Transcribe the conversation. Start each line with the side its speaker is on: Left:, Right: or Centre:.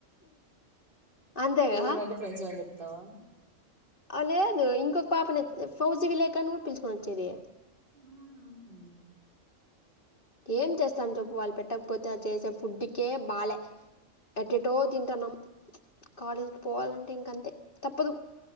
Left: అంతేగా
Right: ఎవరు వంటే ఫ్రెండ్సని చెప్తావా
Left: అ లేదు ఇంకొక పాపని ఫౌజీ విలేకానూ పిలుచుకొని వచ్చేది
Right: హ్మ్మ్
Left: ఏం చేస్తాం చప్పు వాళ్ళు పెట్టకపోతే అదిచేసే ఫుడ్ ఏం బాలె ఎటెట్టో తింటాన్నాం కాలేజ్ పోవాలంటే ఇంక అంతే తప్పదు